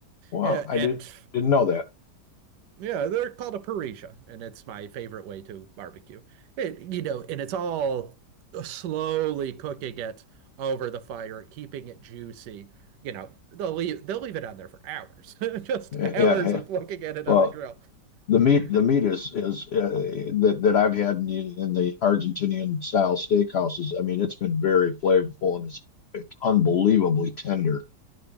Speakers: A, on the left (about 65°); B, on the right (about 80°).
A: Wow,
B: Yeah,
A: I
B: and
A: did didn't know that.
B: yeah, they're called a parrilla, and it's my favorite way to barbecue. It, you know, and it's all slowly cooking it over the fire, keeping it juicy. You know, they'll leave they'll leave it on there for hours. <laughs> Just
A: Yeah,
B: hours
A: yeah. yeah.
B: of looking at it
A: Well,
B: on the grill.
A: the meat
B: <laughs>
A: the meat is is uh, that that I've had in the in the Argentinian style steakhouses. I mean, it's been very flavorful and it's it's unbelievably tender.